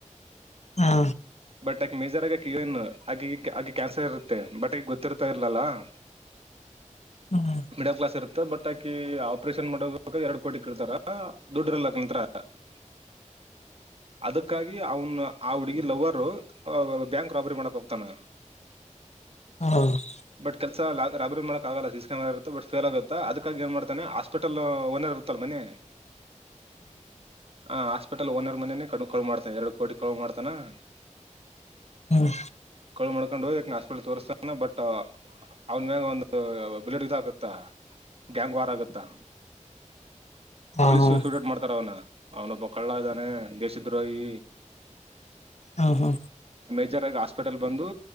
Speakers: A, on the left; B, on the right.
A: ಹಾ
B: ಬಟ್ ಆಕಿ ಮೇಜರ್ ಆಗಿ ಏನು ಆಕಿ ಅಕಿಗೆ ಕ್ಯಾನ್ಸರ್ ಇರುತ್ತೆ ಬಟ್ ಈಗ ಗೊತ್ತಿರ್ತಾ ಇರ್ಲಲ್ಲಾ <unintelligible>
A: ಹಾ
B: ಮಿಡಲ್ ಕ್ಲಾಸ್ ಇರುತ್ತೆ ಬಟ್ ಆಕಿ ಆಪರೇಷನ್ ಮಾಡಬೇಕ ಎರಡ್ ಕೋಟಿ ಕೇಳ್ತಾರಾ ದುಡ್ ಇರಲ ಅಕಿನ ಹತ್ರ <unintelligible> ಅದಕ್ಕಾಗಿ ಅವನ್ ಆ ಹುಡ್ಗಿ ಲವರು ಬ್ಯಾಂಕ್ ರಾಬರಿ ಮಾಡಕ್ ಹೋಗ್ತಾನ
A: ಹ ಹ್ಮ್
B: ಬಟ್ ಕೆಲ್ಸಾ ರಾಬರಿ ಮಾಡ ಆಗಲ್ಲ ಸಿ ಸಿ ಕ್ಯಾಮೆರಾ ಇರುತೆ ಬಟ್ ಫೇಲ್ ಆಗುತ್ತೆ ಅದಕ್ಕಾಗಿ ಏನ್ ಮಾಡ್ತಾನೆ ಹಾಸ್ಪಿಟಲ್ ಓನರ್ ಇರತಲ ಮನೆ <unintelligible> ಹ ಹಾಸ್ಪಿಟಲ್ ಓನರ್ ಮನೇನೆೇ ಕಳ ಮಾಡ್ತಾನ ಎರಡು ಕೋಟಿ ಕಳು ಮಾಡ್ತಾನೆ <unintelligible>
A: ಹ್ಮ್
B: ಕಳ್ ಮಾಡ್ಕೊಂಡ್ ಹೋಗಿ ಅಕಿನ ಹಾಸ್ಪಿಟಲ್ ತೋರ್ಸ್ತಾನ ಬಟ್ ಅವನ್ ಮ್ಯಾಗ ಒಂದ ಬುಲೆಟ್ ಇದ ಆಗತ್ತಾ ಗ್ಯಾಂಗ್ ವಾರ್ ಆಗತ್ತಾ
A: ಹಾ
B: ಪೊಲೀಸ್
A: ಹಾ
B: ಶೂಟ್ ಮಾಡ್ತಾರ ಅವನ ಅವನೊಬ್ಬ ಕಳ್ಳ ಇದ್ದಾನೆ ದೇಶದ್ರೋಹಿ
A: ಹಾ ಹಾ
B: ಮೇಜರಾಗಿ ಹಾಸ್ಪಿಟಲ್ ಬಂದು